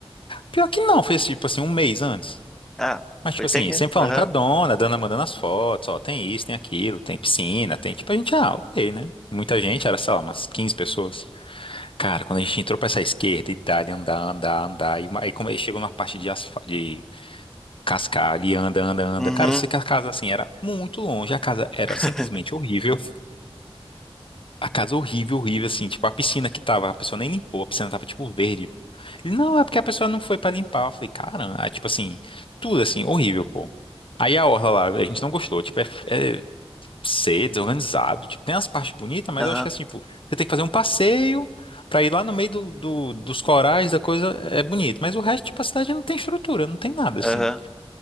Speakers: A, on the left (about 60°); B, in the centre.
A: Pior que não, foi, tipo, assim, um mês antes.
B: Ah,
A: Mas,
B: foi
A: tipo assim,
B: até que.
A: sempre falando
B: Aham.
A: com a dona, a dona mandando as fotos, ó, tem isso, tem aquilo, tem piscina, tem, tipo, a gente, ah, ok, né? Muita gente, era, sei lá, umas 15 pessoas. Cara, quando a gente entrou pra essa esquerda e dali andar, andar, andar, e ma- aí como aí chegou numa parte de, asfa- de cascalho e anda, anda, anda.
B: Uhum.
A: Cara, eu sei que a casa, assim, era muito longe, a casa era
B: <laughs>
A: simplesmente horrível. A casa horrível, horrível, assim, tipo, a piscina que tava, a pessoa nem limpou, a piscina tava, tipo, verde. Pô. Ele, não, é porque a pessoa não foi pra limpar. Eu falei, cara, ah, tipo assim, tudo assim, horrível, pô. Aí a orla lá, a gente não gostou, tipo, é, é ser desorganizado, tipo, tem as partes bonitas, mas
B: Aham.
A: eu acho que assim, tipo, você tem que fazer um passeio pra ir lá no meio do, do- dos corais, da coisa, é bonito, mas o resto, tipo, a cidade não tem estrutura, não tem nada,
B: Aham.
A: assim.